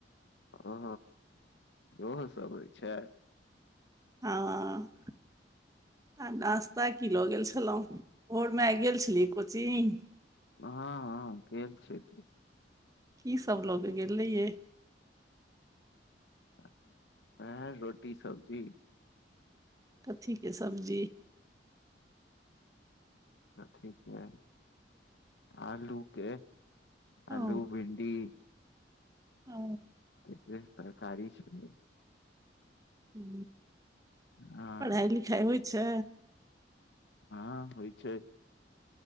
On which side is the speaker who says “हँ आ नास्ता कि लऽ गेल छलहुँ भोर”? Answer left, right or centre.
Right